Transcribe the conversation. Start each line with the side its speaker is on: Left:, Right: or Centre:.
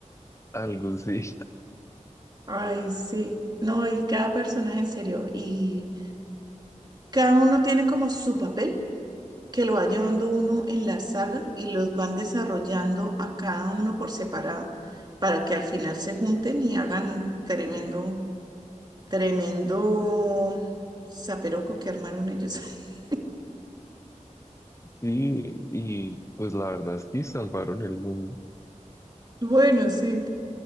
Left: Algo sí.
Right: Ay, sí. No, y cada personaje en serio. Y cada uno tiene como su papel que lo va llevando uno en la saga y los van desarrollando a cada uno por separado para que al final se junten y hagan tremendo, tremendo zaperoco que armaron ellos. <laughs>
Left: Sí, y pues la verdad es que salvaron el mundo.
Right: Bueno, sí.